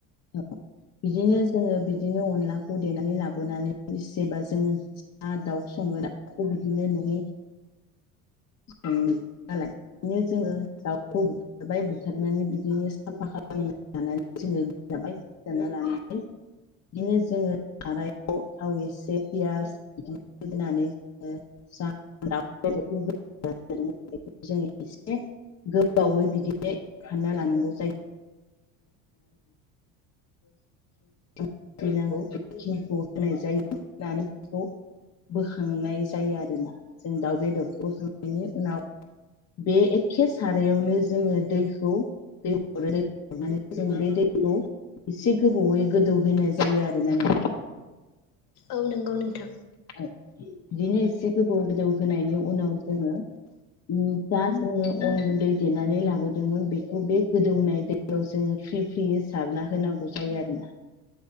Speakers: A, on the left; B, on the left.
A: औ बिदिनो जोङो बिदिनो अनलाखौ देनानै लाबोनानै जेनेबा जोंङो ना दाउ संगोना खौ बिदिनो नङि <unintelligible> नालाय बिदिनो जोङो दाउखौ बाय बुथारनानै बिदिनो साफा खालामनानै जोङो जाबाय। जाना लानानै बिदिनो जोङो खानायाव थाव एसे पियास बिदि होनानै जोङो <unintelligible> गोबावै बिदिनो खानना लानांगौ जायो <unintelligible> नांगौ बेखिनिखौ होनाय जायो होनानै बेखौ बोखांनाय जायो आरोना जों दाउ बेदरखौ बोखांनायनि उनाव बे एखे सारायावनो जोङो दैखौ <unintelligible> जोङो बे दैखौ एसे गोबावयै गोदौहैाय जायो आर ना नों
B: औ नोंगौ नोंथां
A: औ बिदिनो एसे गोदौ गोदौ होनायनि उनाव जोङो उम जा जोङो अन गुन्दै देनानै लाबोदोंमोन बेखौ बे गोदौनाय दै नाव जोङो फ्रि फ्रियै सारना होनांगौ जायो आरोना